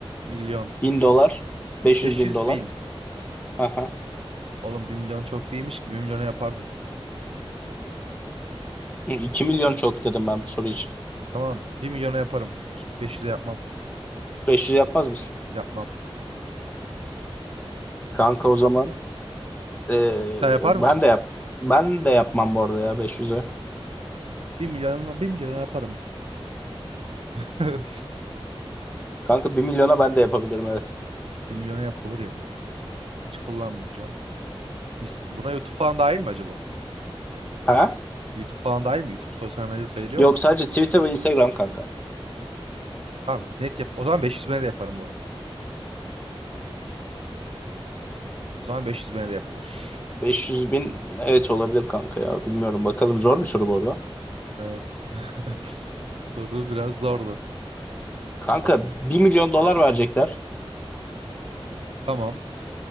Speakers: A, on the right; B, on the left.
A: milyon.
B: 1000 dolar, 500
A: 500
B: bin dolar.
A: bin.
B: Aha.
A: Oğlum bir milyon çok değilmiş ki bir milyona yapardım.
B: 2 milyon çok dedim ben bu soru için.
A: Tamam bir milyona yaparım. İki- 500'e yapmam.
B: 500 yapmaz mısın?
A: Yapmam.
B: Kanka o zaman e,
A: Sen yapar
B: ben
A: mısın?
B: de yap. Ben de yapmam bu arada ya beş yüz'e.
A: Bir milyona bir milyona yaparım. <laughs>
B: Kanka bir milyona ben de yapabilirim evet.
A: Bir milyona yapılır ya. Hiç kullanmayacağım. Mis- Buna YouTube falan dahil mi acaba?
B: Ha?
A: YouTube falan dahil mi? YouTube sosyal medya sayılıyor
B: Yok
A: mu?
B: sadece Twitter ve Instagram kanka.
A: Tamam net yap. O zaman 500 bine de yaparım bu arada. O zaman 500 bine de yapılır.
B: 500 bin evet olabilir kanka ya. Bilmiyorum bakalım zor bir soru bu arada.
A: Evet. <laughs> Soru biraz zordu.
B: Kanka
A: Tamam.
B: bir milyon dolar verecekler
A: Tamam.